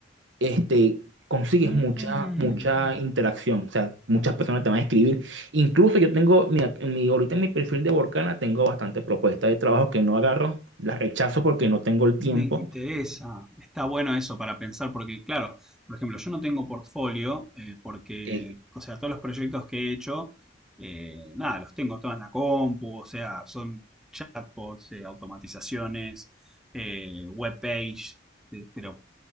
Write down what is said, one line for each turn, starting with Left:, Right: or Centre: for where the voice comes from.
Right: este, consigues
Centre: Mm,
Right: mucha, mucha interacción, o sea, muchas personas te van a escribir. Incluso yo tengo, mira, en mi, ahorita en mi perfil de Borcana tengo bastantes propuestas de trabajo que no agarro, las rechazo porque no tengo el
Centre: me
Right: tiempo.
Centre: interesa. Está bueno eso para pensar porque, claro, por ejemplo, yo no tengo portfolio eh, porque,
Right: Eh,
Centre: o sea, todos los proyectos que he hecho, eh, nada, los tengo todos en la compu, o sea, son chatbots, eh, automatizaciones, eh, webpage, eh, pero